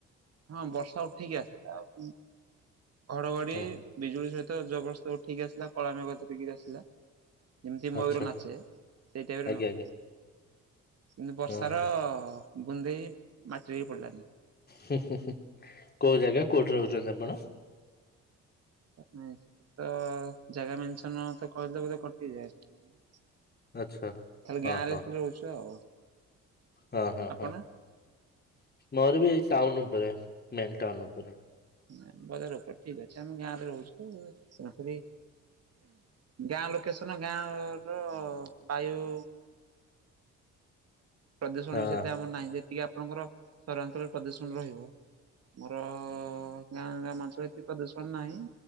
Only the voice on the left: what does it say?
ହଁ
ଆଚ୍ଛା
ଆଜ୍ଞା
ଆଜ୍ଞା
ହଁ
ହୁଁ ହୁଁ ହୁଁ କୋଉ ଜାଗା କୋଉଠି ରହୁଛନ୍ତି ଆପଣ?
ଆଚ୍ଛା
ହଁ
ହଁ
ହଁ ହଁ
ହଁ ମୋର ବି ଏଇ ଟାଉନ ଉପରେ ମେନ୍ ଟାଉନ ଉପରେ।
ହଁ